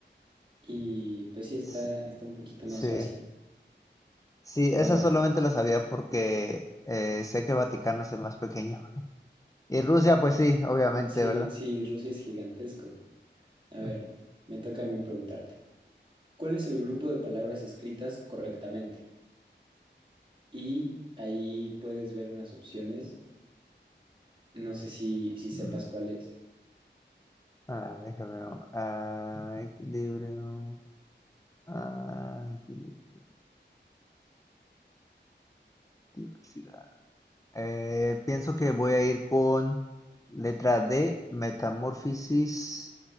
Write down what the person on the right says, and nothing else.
Y pues sí, está,
está un poquito
más fácil.
Pero
a ver,
sí,
sí, Rusia es gigantesco. A ver,
me toca a mí preguntarte. ¿Cuál es el grupo de palabras escritas correctamente? Y ahí puedes ver unas opciones. No sé si, si sepas
cuál es.